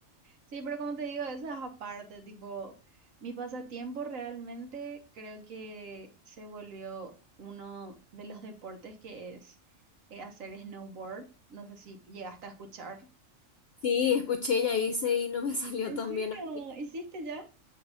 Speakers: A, on the right; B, on the left.
A: Sí, pero como te digo, eso es aparte, tipo, mi pasatiempo realmente creo que se volvió uno de los deportes que es eh, hacer snowboard. No sé si llegaste a escuchar.
B: Sí, escuché, ya hice y no me <laughs> salió
A: ¿En
B: tan
A: serio?
B: bien a mí.
A: ¿Hiciste ya?